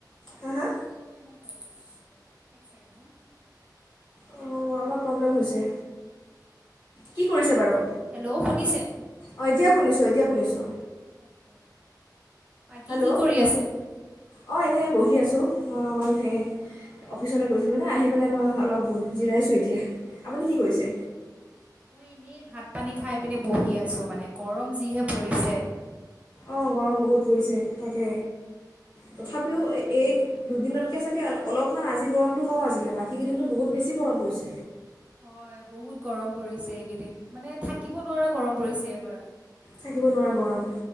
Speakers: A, on the left; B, on the right.
A: হা হা
B: কিয় ইমান প্ৰব্লেম দিছে বাৰু এক ছেকেণ্ড হা
A: অঁ অলপ প্ৰব্লেম হৈছে কি কৰিছে বাৰু
B: হেল্ল' শুনিছে
A: অঁ এতিয়া শুনিছোঁ এতিয়া শুনিছোঁ
B: অকে বাকী
A: হেল্ল'
B: কি কৰি আছে
A: অঁ এনেই বহি আছোঁ মই অকণমান সেই অফিচলৈ গৈছিলোঁ নে আহি পেলাই মই অলপ জিৰাইছোঁ এতিয়া আপুনি কি কৰিছে
B: মই এনেই ভাত ভাত পানী খাই পিনে বহি আছোঁ মানে গৰম যিহে পৰিছে
A: অঁ গৰম বহুত পৰিছে তাকে
B: তাকে
A: তথাপিও এই দুদিনতকৈ চাগে অলপমান আজি গৰমটো কম আছিলে বাকীকেইদিনতো বহুত বেছি গৰম পৰিছে
B: হয় বহুত গৰম পৰিছে এইকেইদিন মানে থাকিব নোৱাৰা গৰম পৰিছে এবাৰ
A: থাকিব নোৱাৰা গৰম